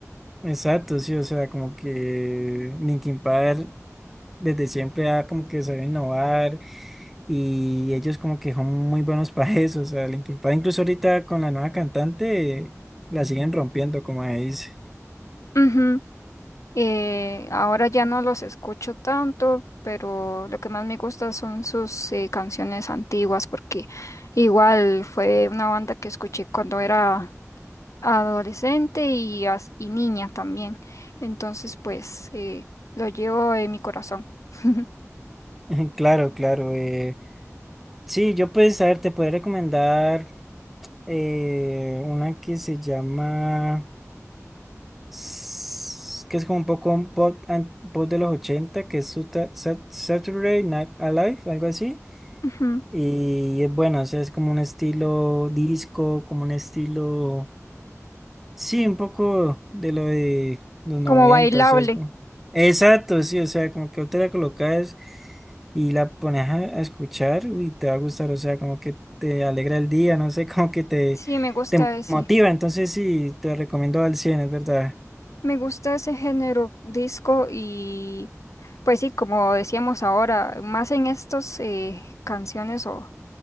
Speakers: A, in the centre; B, on the left.
A: exacto, sí, o sea, como que Linkin Park desde siempre ha como que sabe innovar y ellos como que son muy buenos <laughs> para eso, o sea, Linkin Park incluso ahorita con la nueva cantante la siguen rompiendo, como ahí dice.
B: Ujú. Eh, ahora ya no los escucho tanto, pero lo que más me gusta son sus eh, canciones antiguas, porque igual fue una banda que escuché cuando era adolescente y, as- y niña también. Entonces, pues eh, lo llevo en mi corazón. <laughs>
A: <laughs> Claro, claro. eh, sí, yo pues, a ver, te podría recomendar eh, una que se llama, s- que es como un poco un pop, an- pop de los 80, que es Suta- Sat- Saturday Night Alive, algo así.
B: Ujú.
A: Y es bueno, o sea, es como un estilo disco, como un estilo, sí, un poco de lo de los 90.
B: Como bailable.
A: o sea, es como... Exacto, sí, o sea, como que otra la colocas. y la pones a, a escuchar y te va a gustar, o sea, como que te alegra el día, no sé, <laughs> como que te,
B: Sí, me gusta
A: te
B: ese.
A: motiva, entonces sí, te recomiendo al 100 es verdad,
B: Me gusta ese género disco y pues sí, como decíamos ahora, más en estos eh, canciones o